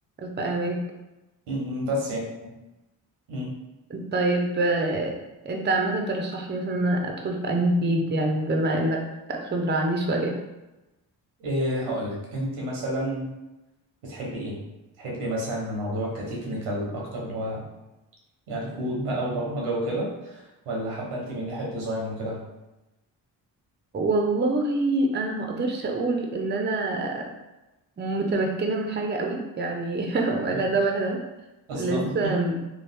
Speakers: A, on the right (about 20°); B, on the right (about 85°).
A: فاهمك
B: مم، بس يعني مم.
A: طيب آه، انت عامة ترشح لي مثلا ان انا ادخل في انهي فيلد يعني بما انك خبرة عني شوية <laughs>
B: أه هقول لك أنت مثلا بتحبي إيه؟ تحبي مثلا الموضوع كتكنيكال أكتر اللي هو يعني كود بقى وبرمجة وكده ولا حابة أنت من ناحية ديزاين وكده؟
A: والله انا ما اقدرش اقول ان انا متمكنة من حاجة قوي يعني <laughs> ولا
B: مم.
A: ده ولا ده
B: أصلا
A: لسه م-